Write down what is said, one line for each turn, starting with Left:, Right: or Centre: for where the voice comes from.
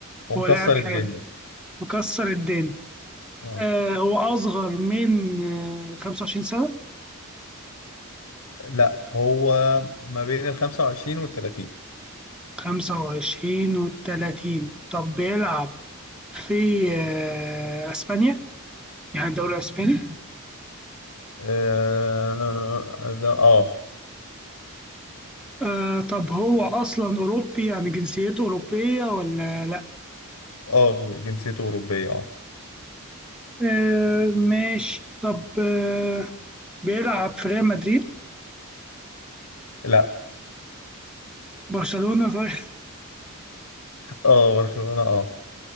Left: هو
Centre: هو
Left: مكسر
Centre: لاعب حالي
Left: الدنيا
Centre: مكسر الدنيا
Left: اه
Centre: آه هو اصغر من آه 25 سنة
Left: لا هو ما بين ال 25 وال 30
Centre: 25 و30 طب بيلعب في آه، اسبانيا يعني الدوري الاسباني
Left: اه ده- اه
Centre: آه، طب هو اصلا اوروبي يعني جنسيته اوروبيه ولا لا
Left: اه جنسيته اوروبيه اه
Centre: آه، ماشي طب آه، بيلعب في ريال مدريد
Left: لا
Centre: برشلونه طيب
Left: اه برشلونه اه